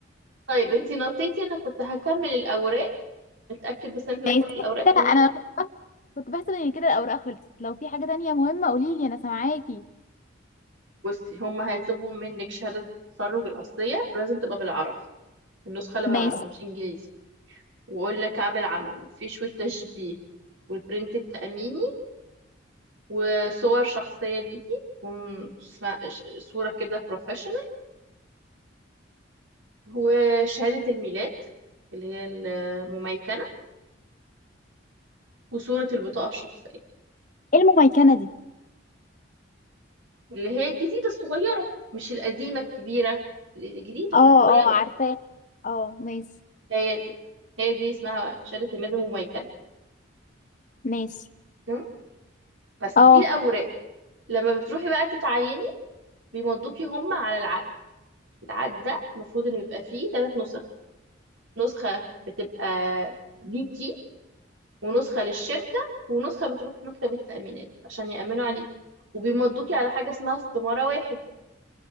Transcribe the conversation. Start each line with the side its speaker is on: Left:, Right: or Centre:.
Right: طيب انت نطيتي انا كنت هكمل الاوراق متأكد بس ان احنا
Left: ماشي
Right: كل الاوراق
Left: كده
Right: تمام
Left: انا كنت بحسب ان كده الاوراق خلصت لو في حاجه تانية مهمه قولي لي انا سامعاكي
Right: بصي هما هيطلبوا منك شهادة التخرج الأصلية ولازم تبقى بالعربي النسخة اللي بالعربي
Left: ماشي
Right: مش إنجليزي وقلنا كعب العمل في شوية تشبيه والبرنت التأميني وصور شخصية ليكي وم- اسمها- ش- صورة كده بروفيشنال وشهادة الميلاد اللي هي المميكنة وصورة البطاقة الشخصية
Left: ايه المميكنه دي
Right: اللي هي الجديدة الصغيرة مش القديمة الكبيرة الجديدة
Left: اه
Right: الصغيرة
Left: اه عارفاه
Right: دي
Left: اه ماشي
Right: هي دي هي دي اسمها شهادة الميلاد المميكنة
Left: ماشي
Right: تمام؟ بس
Left: اه
Right: دي الأوراق لما بتروحي بقى تتعيني بيمضوكي هم على العقد العقد ده المفروض إنه يبقى فيه ثلاث نسخ نسخة بتبقى ليكي ونسخة للشركة ونسخة بتروح مكتب التأمينات عشان يأمنوا عليكي وبيمضوكي على حاجة اسمها استمارة واحد